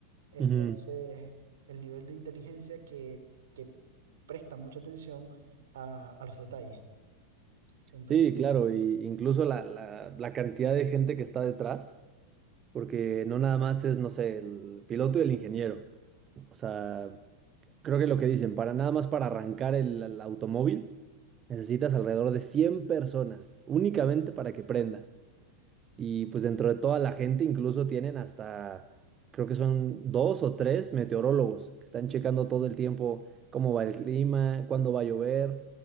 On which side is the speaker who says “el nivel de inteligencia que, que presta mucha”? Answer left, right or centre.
Right